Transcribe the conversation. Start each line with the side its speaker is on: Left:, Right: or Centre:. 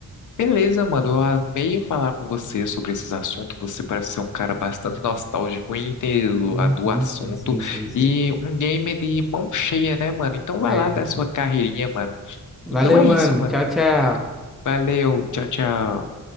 Left: Beleza, mano. Eu amei falar com você sobre esses assuntos. Você parece ser um cara bastante nostálgico e inteiro
Centre: Sim,
Left: a- do
Centre: sim,
Left: assunto.
Centre: sim, sim, sim, sim.
Left: E um gamer de mão cheia, né, mano? Então vai
Centre: É.
Left: lá dar sua carreirinha, mano.
Centre: Valeu,
Left: Então é
Centre: mano.
Left: isso, mano.
Centre: Tchau, tchau.
Left: Valeu, tchau, tchau.